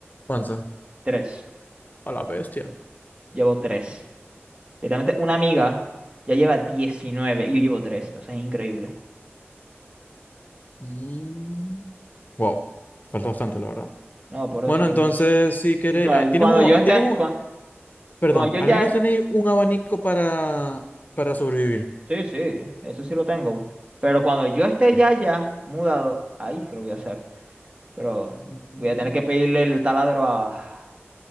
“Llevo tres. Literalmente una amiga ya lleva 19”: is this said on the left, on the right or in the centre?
Right